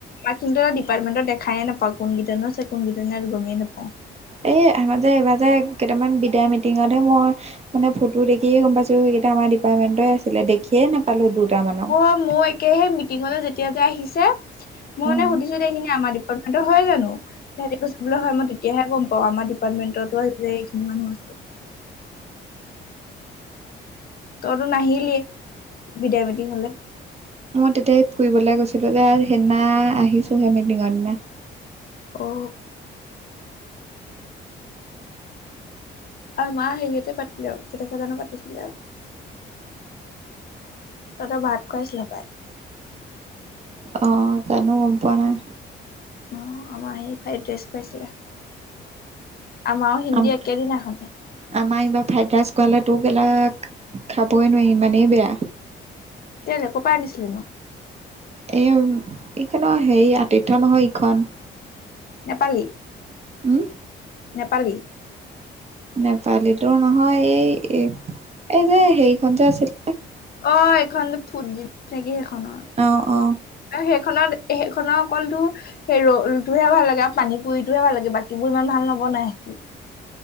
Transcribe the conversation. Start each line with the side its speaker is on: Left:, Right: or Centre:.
Left: কিন্তু ডিপাৰ্টমেন্টৰ দেখাইে নাপ পাওঁ কোন কেইটানো আছে কোন কেইটা নাই আৰু গমেই নাপওঁ।
Right: এই আমাৰ এইবাৰ যে কেইটামান বিদায় মিটিঙতহে মই মানে ফটো দেখিয়ে গম পাইছো সেইকেইটা আমাৰ ডিপাৰ্টমেন্টই আছিলে দেখিয়ে নাপালো দুট মানক।
Left: মই মোৰ একেহে মিটিঙলৈ যেতিয়া যে আহিছে। মই
Right: উম
Left: মানে সুধিছো এইখিনি আমাৰ ডিপাৰ্টমেন্টৰ হয় জানো? তাহাঁতে কৈছে বোলে হয় মই তেতিয়াহে গম পাওঁ আমাৰ পাৰ্টমেন্টতো যে এইখিনি মানুহ আছে। তইতো নাহিলিয়ে বিদায় মিতিং হ'লে।
Right: মই তেতিয়া এই ফুৰিবলৈ গৈছিলো যে সেইদিনা আহিছোহে মিটিংৰ দিনা।
Left: অ আৰু মা হেৰিয়তে পাতিলে কেই তাৰিখে জানো পাতিছিলে আৰু। তহঁতক ভাত খুৱাইছিলে পাই?
Right: অ', জানো গম পোৱা নাই।
Left: অ', আমাৰ সেই ফ্ৰাই ড্ৰাইচ খুৱাইছিলে, আমাৰ আৰু হিন্দী
Right: আম
Left: একেদিনাখনেই।
Right: আমাৰ এইবাৰ ফ্ৰাইড ৰাইচ খুৱালে তোৰ <unintelligible> খাবই নোৱাৰি ইমানেই বেয়া।
Left: কেইলে ক'ৰ পা আনিছিলেনো?
Right: এই এইখনৰ হেৰি আতিথ্য নহয় ইখন
Left: নেপালী
Right: উম
Left: নেপালী
Right: নেপালীটোৰ নহয় এই এই যে হেৰিখন যে আছিল
Left: অ এখন ফুট নাগি সেইখনৰ
Right: অ অ
Left: আৰু সেইখনত সেইখনৰ কলটো সেই ৰলটোহে ভাল লাগে আৰু পানী পুৰিটোহে ভাল লাগে বাকীবোৰ ইমান ভাল নবনাই সিহঁতি